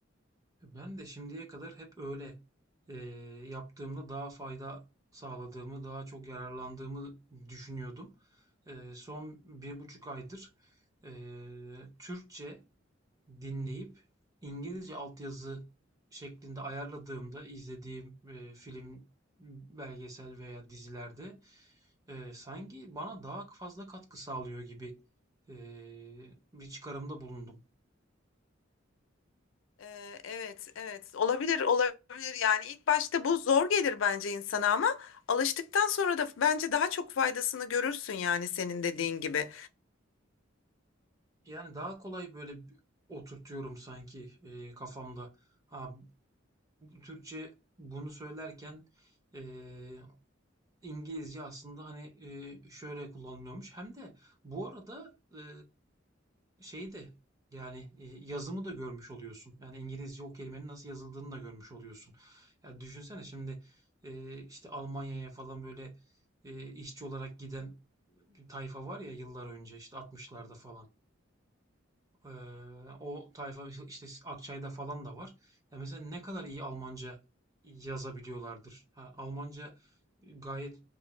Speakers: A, on the right; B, on the left.
A: Ben de şimdiye kadar hep öyle eee, yaptığımda daha fayda sağladığımı, daha çok yararlandığımı düşünüyordum. Eee, son bir buçuk aydır eee, Türkçe Dinleyip İngilizce altyazı şeklinde ayarladığımda izlediğim, eee, film, belgesel veya dizilerde, eee, sanki bana daha fazla katkı sağlıyor gibi, eee, bir çıkarımda bulundum.
B: Ee, evet, evet. Olabilir, olabilir. Yani ilk başta bu zor gelir bence insana ama alıştıktan sonra da bence daha çok faydasını görürsün yani senin dediğin gibi.
A: Yani daha kolay böyle b oturtuyorum sanki, eee, kafamda. Ha, Türkçe bunu söylerken, eee İngilizce aslında hani e, şöyle kullanılıyormuş. Hem de bu arada e, şey de yani e, yazımı da görmüş oluyorsun. Yani İngilizce o kelimenin nasıl yazıldığını da görmüş oluyorsun. Ya düşünsene şimdi e, işte Almanya'ya falan böyle e, işçi olarak giden bir tayfa var ya yıllar önce işte 60'larda falan. Ee, o tayfa işte işte Akçay'da falan da var. Ya mesela ne kadar iyi Almanca yazabiliyorlardır. Ha, Almanca gayet